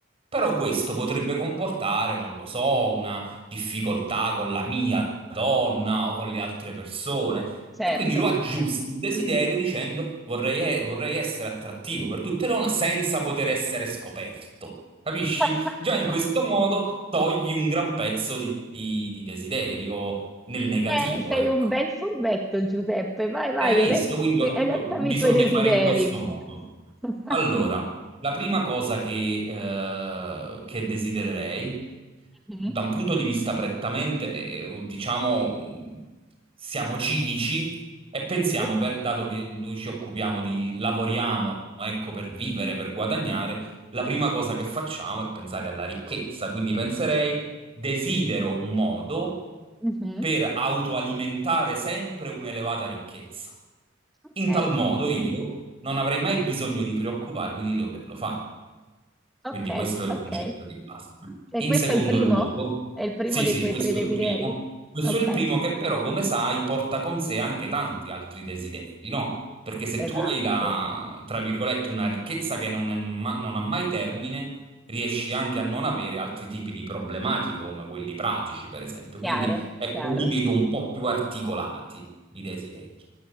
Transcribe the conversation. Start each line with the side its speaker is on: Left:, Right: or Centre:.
Right: Però questo potrebbe comportare, non lo so, una difficoltà con la mia donna o con le altre persone.
Centre: certo.
Right: E quindi lo aggiusti il desiderio dicendo vorrei, vorrei essere attrattivo per tutte le donne senza poter essere scoperto. Capisci?
Centre: <laughs>
Right: Già in questo modo togli un gran pezzo di, di- di desiderio nel negativo,
Centre: Eh, sei
Right: ecco.
Centre: un bel furbetto, Giuseppe. Vai, vai,
Right: E Hai visto?
Centre: ele-
Right: Quindi
Centre: eleccami
Right: ho- bisogna
Centre: i tuoi desideri.
Right: fare in questo modo.
Centre: <laughs>
Right: Allora, la prima cosa che, eh, che desidererei
Centre: Mhm,
Right: da un punto di vista prettamente, eh, diciamo, siamo cinici e pensiamo,
Centre: Mhm.
Right: per- dato che noi ci occupiamo di, lavoriamo, ecco, per vivere, per guadagnare, la prima cosa che facciamo è pensare alla ricchezza. Quindi penserei, desidero un modo
Centre: mhm.
Right: per autoalimentare sempre un'elevata ricchezza.
Centre: Ok,
Right: In tal modo io non avrei mai bisogno di preoccuparmi di doverlo fare.
Centre: ok,
Right: Quindi questo è il
Centre: ok.
Right: concetto di base.
Centre: E
Right: In
Centre: questo
Right: secondo
Centre: è il primo?
Right: luogo,
Centre: È il primo
Right: sì,
Centre: dei
Right: sì,
Centre: tuoi
Right: questo
Centre: tre desideri?
Right: è il primo. Questo
Centre: Ok,
Right: è il
Centre: eh,
Right: primo che però, come sai, porta con sé anche tanti altri desideri, no? Perché se
Centre: esatto.
Right: tu hai la, tra virgolette, una ricchezza che non è ma- non ha mai termine, riesci anche a non avere altri tipi di problematiche, come quelli pratici, per esempio.
Centre: Chiaro,
Right: Quindi, ecco,
Centre: chiaro.
Right: li vedo un po' più articolati, i desideri.